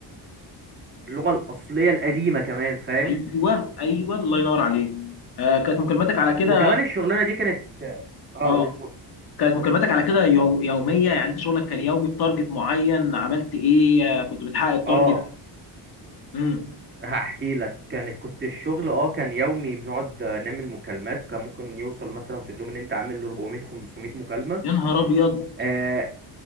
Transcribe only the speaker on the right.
اللغة الأصلية القديمة كمان فاهم
وكمان الشغلانة دي كانت اه
قول.
اه
هحكي لك كانت كنت الشغل اه كان يومي بنقعد نعمل مكالمات كان ممكن يوصل مثلا في اليوم ان انت عامل 400 500 مكالمة
اه